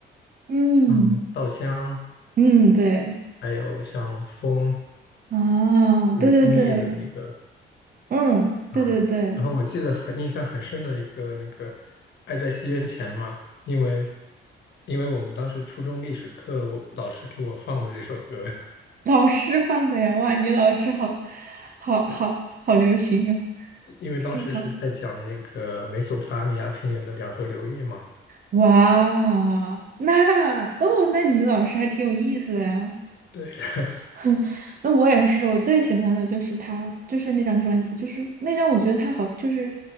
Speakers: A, on the right (about 45°); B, on the left (about 60°).
A: 嗯
B: 像《稻香》，
A: 嗯，对，
B: 还有像《风》，
A: 啊，
B: 就是枫叶的那个
A: 对对对，嗯，
B: 啊，
A: 对对对。
B: 然后我记得很印象很深的一个那个“爱在西元前”嘛，因为因为我们当时初中历史课，我老师给我放的这首歌，<laughs>
A: <laughs> 老师放的呀，哇，你老师好，好，
B: 对，
A: 好，好流行啊，
B: 因为当时是在讲那个美索不达米亚平原的两河流域嘛，
A: 新潮，哇，那哦，那你们老师还挺有意思的呀。
B: 对，<laughs>
A: <laughs> 哼那我也是，我最喜欢的就是他，就是那张专辑，就是那张我觉得他好，就是，